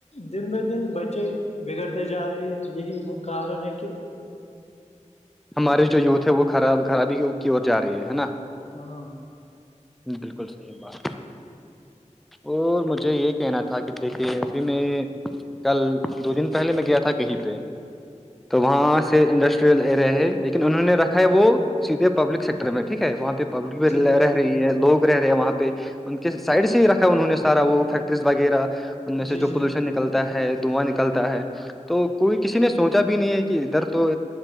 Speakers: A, on the left; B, in the centre.
A: دن بہ دن بچے بگڑتے جا رہے ہیں یہی کارن ہے کہ
B: ہماری جو یوھ ہے وہ خراب خرابی کی اور ج رہی ہے نا
A: ہاں
B: بالکل صحیح بات اور مجھے یہ کہنا تھا کہ دیکھیے ابھی میں کل دو دن پہلے میں گیا تھا کہیں پہ تو وہاں سے انڈسٹریل ایریا ہے لیکن انہوں نے رکھا ہے وہ سیدھے پبلک سیکٹر میں ٹھیک ہے وہاں پہ پبلک بھی
A: ٹھیک ہے ٹھیک
B: رہی ہے لوگ رہ رہے ہیں وہاں پہ ان کے سائڈ سے ہی رکھ انہوں نے سارا وہ فیکٹریز وغیرہ ان میں سے
A: جی
B: جو پولوشن
A: جی
B: نکتا ہے دھواں نکلتا ہے تو کوئی کسی نے سوچا بھی نہیں ہے کہ ادھر تو